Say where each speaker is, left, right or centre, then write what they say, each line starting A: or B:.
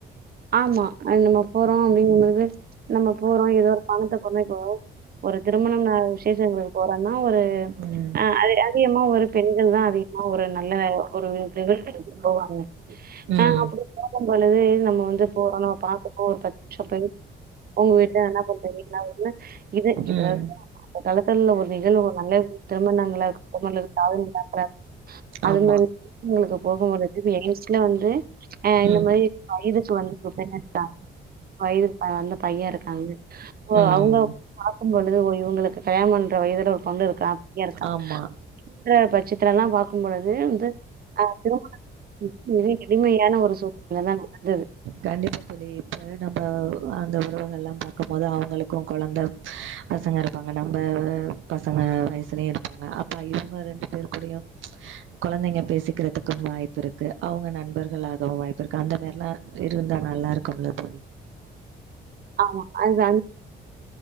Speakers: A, on the right; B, on the right.
A: ஆமா நம்ம போறோம் அப்டிங்கும்பொழுது நம்ம போறோ ஏதோ ஒரு பணத்த கொழந்தைக் போக ஒரு திருமணம் நாள் விசேஷங்களுக் போறொன்னா ஆ ஒரு
B: ம்
A: ஆ அதி அதிகமா ஒரு பெண்கள் தா அதிக ஆ ஒரு நல்லவே ஒரு நிகழ்ச்சிக்கு போவாங்க
B: ம்
A: ஆ அப்டி வேல போலது நம்ம வந் போனோம் பாத்தப்போ ஒரு பச்சபயர் உங்க வீட்டுல என்ன பண்றீங்க என்ன வருது இது இப்பதாது
B: ம்
A: நல்லது நல்ல ஒரு நிகழ்வு நல்ல திருமணங்களா இருக்கட்டும் இல்ல காதணிவிழா போல அது
B: ஆமா
A: மாதிரி திருமணங்களுக்கு போகும் பொழுது யோசிச்சி இதுல வந்து ஆ இந்த
B: ம்
A: மாரி இருப்பா இதுக்கு வந்து ஒபிடியண்ட்டா வயதிற்கு வந்த பையன் இருக்காங்க ஓ
B: ம்
A: அவங்க பாத்திட்டு பொழுது ஓ இவங்களுக்கு கல்யாணோம் இந்த வயதுல ஒரு பொண்ணு இருக்கா பையன் இருக்கான்
B: ஆமா
A: அப்டின்ற பட்சத்தில சித்ரால்லா பாக் க்கும் பொழுது வந்து ஆ திருமண இப்ப எளிமையான ஒரு சூழ்நில தான் நல்லது
B: கண்டிப்பா தோழி இப்ப நம்ம அந்த உறவுகள்லாம் பாக்கும் போது அவங்களுக்கும் கொழந்த பசங்க இருப்பாங்க நம்ப பசங்க வயசுலயும் இருப்பாங்க அப்பா இவங்க ரெண்டு பேர் கூடயும் கொழந்தைங்க பேசிக்கிறதுக்கும் வாய்ப்பு இருக்கு அவங்க நண்பர்களாகவும் வாய்ப்பு இருக்கு அந்த மேரிலாம் இருந்தா நல்லா இருக்கும்ல தோழி
A: ஆமா. அது